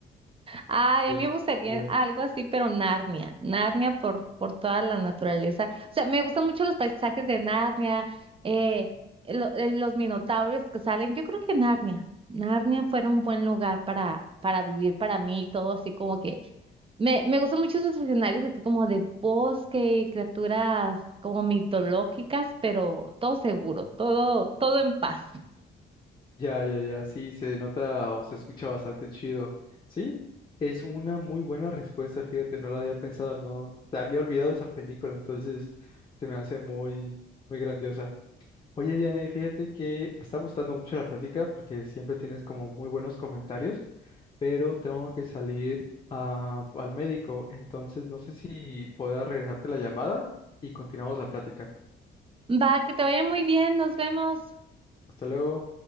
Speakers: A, on the right (about 30°); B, on the left (about 25°).
A: Ay,
B: Tiene
A: a mí me gustaría
B: sentido.
A: algo así, pero Narnia, Narnia por, por toda la naturaleza. O sea, me gustan mucho los paisajes de Narnia, eh, lo- eh, los minotauros que salen. Yo creo que Narnia, Narnia fuera un buen lugar para, para vivir para mí, todo así como que... Me, me gustan mucho esos escenarios así como de bosque, criaturas como mitológicas, pero todo seguro, todo, todo en paz.
B: Ya, ya, ya, sí, se nota o se escucha bastante chido. Sí, es una muy buena respuesta, fíjate, no la había pensado, no, la había olvidado esa película, entonces se me hace muy, muy grandiosa. Oye, Diana, y fíjate que me está gustando mucho la plática porque siempre tienes como muy buenos comentarios, pero tengo que salir a- al médico, entonces no sé si pueda regresarte la llamada y continuamos la plática.
A: Va, que te vaya muy bien, nos vemos.
B: Hasta luego.